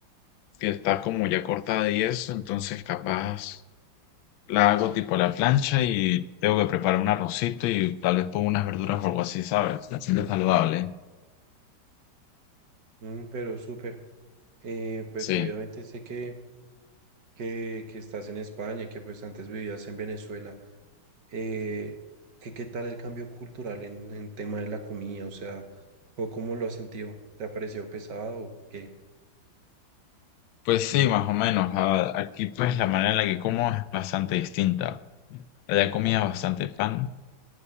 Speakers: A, on the left; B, on the right.
A: que está como ya cortada y eso, entonces capaz la hago tipo a la plancha y tengo que preparar un arrocito y tal vez pongo unas verduras o algo así, ¿sabes? Haciendo saludable.
B: Mm, pero súper. Eh, pues
A: Sí.
B: obviamente sé que, que, que estás en España, que pues antes vivías en Venezuela. eh, qué ¿qué tal el cambio cultural en, en tema de la comida? O sea, ¿o ¿cómo lo has sentido? ¿Te ha parecido pesado o qué?
A: Pues sí, más o menos. A- Aquí pues la manera en la que como es bastante distinta. Allá comía bastante pan,